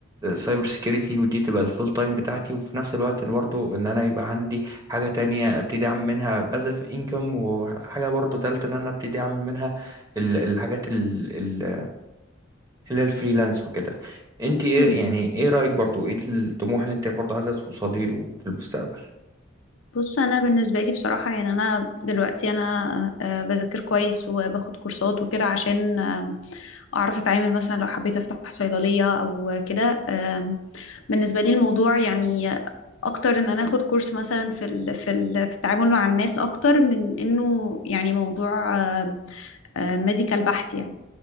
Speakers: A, on the right; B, on the left.
A: سايبر سيكيورتي ودي تبقى الفول تايم بتاعتي وفي نفس الوقت برضو ان انا يبقى عندي حاجة تانية ابتدي اعمل منها باسف انكم وحاجة برضو تالتة ان انا ابتدي اعمل منها ال- الحاجات ال- ال- اللي هي الفريلانس وكده انت ايه
B: مم.
A: يعني ايه رأيك برضو ايه الطموح اللي انت برضو عايزة توصلي له في المستقبل
B: بص انا بالنسبه لي بصراحه يعني انا دلوقتي انا آه، بذاكر كويس وباخد كورسات وكده عشان آم، اعرف اتعامل مثلا لو حبيت افتح صيدليه او كده آم، بالنسبه لي الموضوع يعني اكتر ان انا اخد كورس مثلا في ال في ال في التعامل مع الناس اكتر من انه يعني موضوع ميديكال بحت يعني